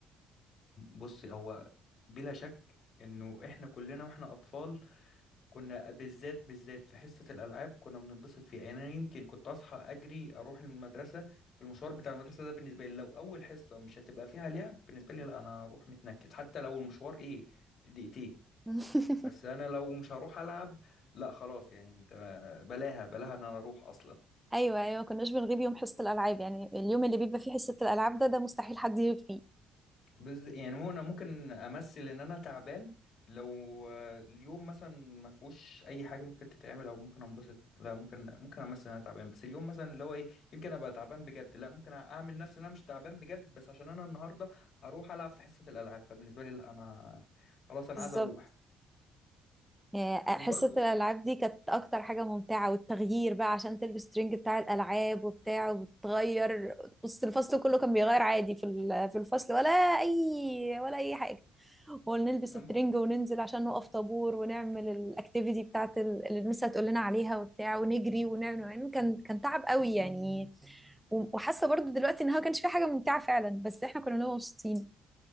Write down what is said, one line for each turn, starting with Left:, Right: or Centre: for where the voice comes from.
Left: بصي هو بلا شك انه احنا كلنا واحنا اطفال كنا بالذات بالذات في حصة الالعاب كنا بننبسط فيها يعني انا يمكن كنت اصحى اجري اروح المدرسة في المشوار بتاع المدرسة ده بالنسبة لي لو اول حصة مش هتبقى فيها لعب بالنسبة لي لا انا هروح متنكد حتى لو المشوار ايه دقيقتين
Centre: <laughs>
Left: بس انا لو مش هروح العب لا خلاص يعني انت بلاها بلاها ان انا اروح اصلا
Centre: أيوه أيوه ما كناش بنغيب يوم حصة الألعاب يعني اليوم اللي بيبقى فيه حصة الألعاب ده ده مستحيل حد يغيب فيه
Left: بز... يعني مو انا ممكن امثل ان انا تعبان لو آه، اليوم مثلا ما فيهوش اي حاجه ممكن تتعمل او ممكن انبسط لا ممكن ممكن امثل ان انا تعبان بس اليوم مثلا اللي هو ايه يمكن ابقى تعبان بجد لا ممكن اعمل نفسي ان انا مش تعبان بجد بس عشان انا النهارده هروح العب في حصه الالعاب فبالنسبه لي لا انا خلاص انا
Centre: بالظبط
Left: عايز اروح
Centre: آه، حصة
Left: وبرضو
Centre: الألعاب دي كانت أكتر حاجة ممتعة والتغيير بقى عشان تلبس ترنج بتاع الألعاب وبتاع وبتغير بص الفصل كله كان بيغير عادي في ال- في الفصل ولا أي ولا أي حاجة ونلبس
Left: أم-
Centre: الترنج وننزل عشان نقف طابور ونعمل الأكتيفيتي بتاعت ال- اللي المس هتقول لنا عليها وبتاع ونجري ونعمل يعني كان كان تعب قوي يعني و- وحاسة برضو دلوقتي إنها ما كانش في حاجة ممتعة فعلا بس إحنا كنا بنبقى مبسوطين